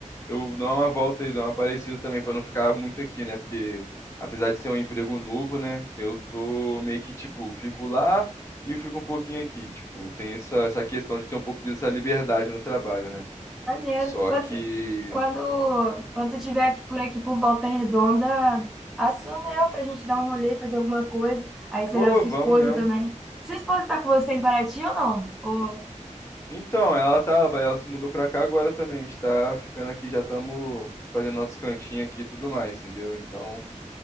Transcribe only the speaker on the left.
eu dou uma volta e dou uma parecida também pra não ficar muito aqui, né? Porque apesar de ser um emprego novo, né, eu tô meio que tipo, fico lá e fico um pouquinho aqui, tipo, tem essa essa questão de ter um pouco dessa liberdade no trabalho, né?
Só
que,
pô,
vamos
mesmo.
Então, ela tava, ela se mudou pra cá agora também. A gente tá ficando aqui, já estamos fazendo nosso cantinho aqui e tudo mais, entendeu? Então,